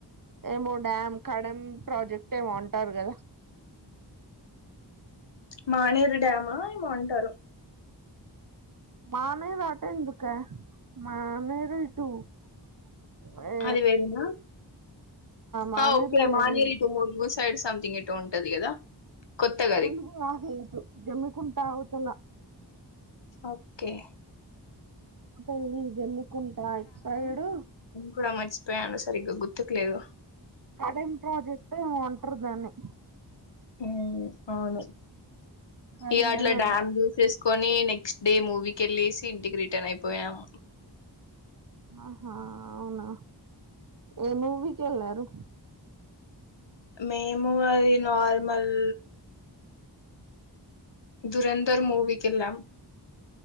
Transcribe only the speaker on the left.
మానేే డ్యామా ఏమో అంటారు
అదివేరేనా
ఆ ఓకే
మానేేరు వో సైడ్ సంథింగ్ ఎటో ఉంటది కదా కొత్తగా అది
ఓకే
కుడా మర్చిపోయాను సరిగ్గా గుర్తుకులేదు
ఊ అవును
ఇ అట్లా డ్యామ్
జూసేస్ కొని నెక్స్ట్ డే మూవీకె ల్లేసి ఇంటికి రిటన్ అయిపోయియాము
మేము అది నార్మల్ దురంధర్ మూవికెల్లాం